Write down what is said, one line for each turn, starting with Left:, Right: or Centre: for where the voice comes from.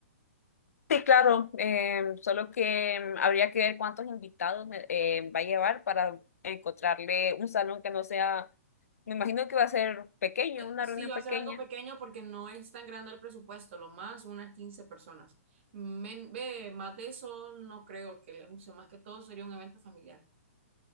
Left: Sí, claro, eh, solo que mm, habría que ver cuántos invitados me- eh, va a llevar para encontrarle un salón que no sea, me imagino que va a ser pequeño,
Right: Eh,
Left: una
Right: sí,
Left: reunión
Right: va
Left: pequeña.
Right: a ser algo pequeño porque no es tan grande el presupuesto, lo más unas 15 personas. Men- ve, más de eso no creo que les use, más que todo sería un evento familiar.